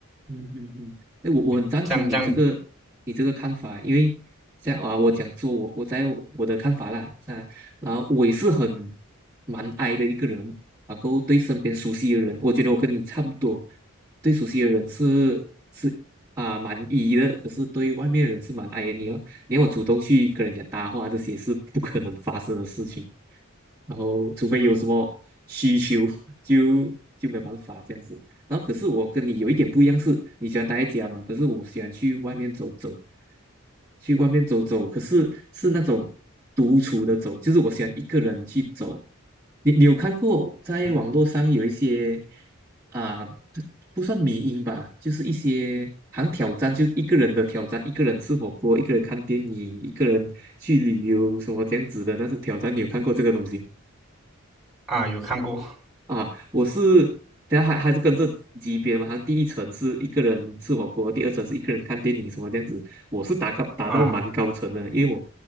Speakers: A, on the right (about 15°); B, in the centre.
A: 嗯嗯嗯，哎，我我很赞成你这个你这个看法，
B: 对，这样这样
A: 因为像啊，我讲说我我在我的看法啦，啊，然后我也是很蛮 I 的一个人，然后对身边熟悉的人，我觉得我跟你差不多，对熟悉的人是是啊蛮 E 的，可是对外面的人是蛮 I 的，你要你要我主动去跟人家搭话，这些是不可能发生的事情，然后除非有什么需求，<laughs> 就就没有办法这样子。然后可是我跟你有一点不一样是，你喜欢待在家嘛，可是我喜欢去外面走走，去外面走走，可是是那种独处的走，就是我喜欢一个人去走。你你有看过在网络上有一些
B: 嗯
A: 啊、不不算迷因吧，就是一些好像挑战，就是一个人的挑战，一个人吃火锅，一个人看电影，一个人去旅游什么这样子的，但是挑战，你有看过这个东西吗？
B: 啊，有看过
A: 啊，我是，等下还还是跟这级别嘛，好像第一层是一个人吃火锅，第二层是一个人看电影什么这样子。我是打高打到蛮高层的，
B: 啊。
A: 因为我